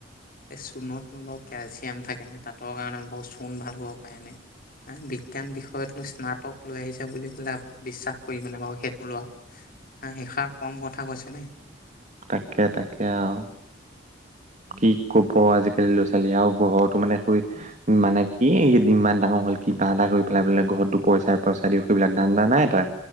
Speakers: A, on the left; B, on the right.
A: এই চূণতনো বাৰু কেলচিয়াম থাকে নে দাঁতৰ কাৰণে বাৰু চূণ ভাল হব পাৰেনে? এ বিজ্ঞান বিষয়তনো স্নাতক লৈ আহিছে বুলি ক'লে আপুনি বিশ্বাস কৰিবনে বাৰু? সেইটো লোৱা হা এষাৰ কম কথা কৈছে নে?
B: তাকে তাকে আৰু কি ক'ব আজিকালি ল'ৰা ছোৱালী আও ঘৰতো মানে সই মানে কি ইমান ডাঙৰ হ'ল কিবা এটা কৰি পেলাই বোলে ঘৰতো দুপইচা এপইচা দি এইবিলাক ধান্দা নাই তাৰ